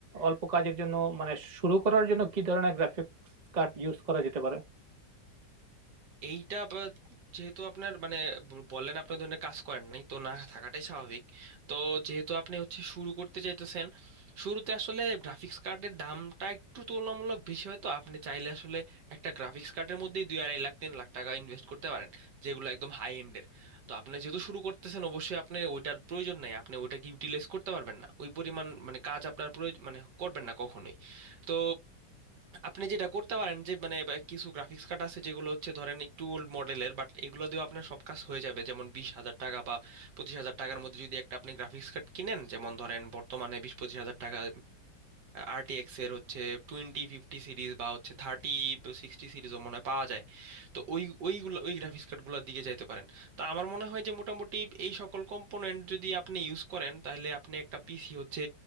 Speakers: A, on the right (about 40°); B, on the right (about 65°).
A: অল্প কাজের জন্য মানে শুরু করার জন্য কি ধরনের গ্রাফিক্স কার্ড ইউজ করা যেতে পারে
B: এইটা আবার যেহেতু আপনার মানে ব- বললেন আপনি ওই ধরনের কাজ করেন নাই তো না থাকাটাই স্বাভাবিক তো যেহেতু আপনি হচ্ছে শুরু করতে চাইতেছেন শুরুতে আসলে গ্রাফিক্স কার্ডের দামটা একটু তুলনামূলক বেশি হয় তো আপনি চাইলে আসলে একটা গ্রাফিক্স কার্ডের মধ্যেই দুই আড়াই লাখ তিন লাখ টাকা ইনভেস্ট করতে পারেন যেগুলো একদম হাই এন্ডের তো আপনি যেহেতু শুরু করতেছেন অবশ্যই আপনি ওইটার প্রয়োজন নাই আপনি ওইটাকে ইউটিলাইজ করতে পারবেন না ওই পরিমাণ মানে কাজ আপনার প্রয়োজন মানে করবেন না কখনোই তো আপনি যেটা করতে পারেন যে মানে বা কিছু গ্রাফিক্স কার্ড আছে যেগুলো হচ্ছে ধরেন একটু ওল্ড মডেলের বাট এগুলো দিয়েও আপনার সব কাজ হয়ে যাবে যেমন বিশ হাজার টাকা বা পঁচিশ হাজার টাকার মধ্যে যদি একটা আপনি গ্রাফিক্স কার্ড কিনেন যেমন ধরেন বর্তমানে বিশ পঁচিশ হাজার টাকা আরটিএক্স এর হচ্ছে টোয়েন্টি ফিফটি সিরিজ বা হচ্ছে থার্টি সিক্সটি সিরিজও মনে হয় পাওয়া যায় তো ওই ওইগুলো ওই গ্রাফিক্স কার্ডগুলোর দিকে যাইতে পারেন তো আমার মনে হয় যে মোটামুটি এই সকল কম্পোনেন্ট যদি আপনি ইউজ করেন তাহলে আপনি একটা পিসি হচ্ছে